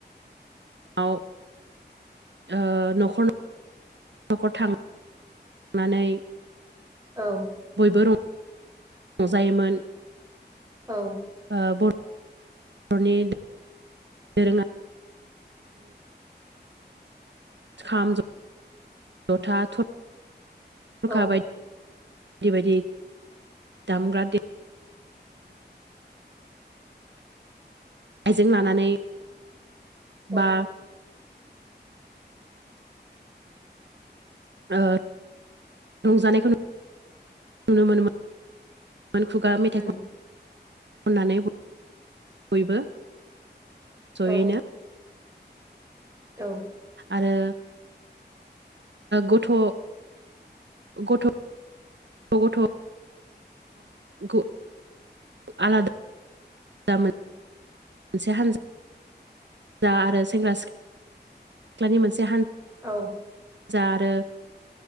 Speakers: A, on the right; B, on the right.
A: आव ओ न'खर न' खर थांनानै
B: औ।
A: बयबो रंजायोमोन।
B: औ
A: ओ बर'नि दोरोङारि खाम जथा थरखा
B: औ
A: बायदि बायदि बायदि दामग्रा देग्रा आइजें लानानै
B: औ
A: बा ओ रंजानायखौ नुनो मोनोमोन। मोन खुगा मेथाइ
B: उम
A: खननानै बयबो जयैनो
B: औ औ।
A: आरो गथ' गथ' गथ' ग' आलादा मोनसे हान्जा जा आरो सेंग्रा सिख्लानि मोनसे हानजा
B: औ।
A: जा आरो